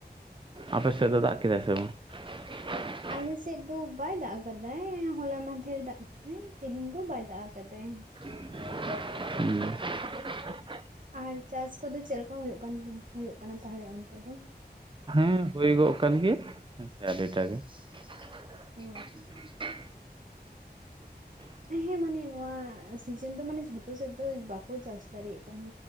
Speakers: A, on the right (about 30°); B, on the right (about 50°).
A: ᱟᱯᱮ ᱥᱮᱫ ᱫᱚ ᱫᱟᱜ ᱠᱮᱫᱟᱭ ᱥᱮ ᱵᱟᱝ? <unintelligible>
B: ᱟᱞᱮᱥᱮᱫ ᱫᱚ ᱵᱟᱭ ᱫᱟᱜ ᱟᱠᱟᱫᱟᱭ, ᱦᱚᱞᱟ ᱢᱟᱫᱷᱮᱨ ᱫᱟᱜ ᱠᱮᱫᱟᱭ ᱛᱮᱦᱮᱧ ᱫᱚ ᱵᱟᱭ ᱫᱟᱜ ᱟᱠᱟᱫᱟᱭ ᱾
A: ᱦᱮᱸ ᱾
B: ᱟᱨ ᱪᱟᱥ ᱠᱚᱫᱚ ᱪᱮᱫ ᱞᱮᱠᱟ ᱦᱩᱭᱩᱜ ᱠᱟᱱ ᱦᱳᱭᱳᱜ ᱠᱟᱱᱟ ᱛᱟᱦᱚᱞᱮ ᱚᱱᱛᱮ ᱫᱚ?
A: ᱦᱮᱸ ᱦᱩᱭ ᱜᱚᱜ ᱠᱟᱱ ᱜᱮ ᱦᱮᱸ ᱟᱹᱰᱤᱴᱟᱜ ᱜᱮ᱾ <unintelligible>
B: ᱚ ᱦᱮᱸ ᱢᱟᱱᱮ ᱱᱚᱣᱟ ᱥᱤᱡᱮᱱ ᱫᱚ ᱢᱟᱱᱮ ᱡᱷᱚᱛᱚ ᱥᱮᱫ ᱫᱚ ᱵᱟᱠᱚ ᱪᱟᱥ ᱫᱟᱲᱮᱭᱟᱜ ᱠᱟᱱᱟ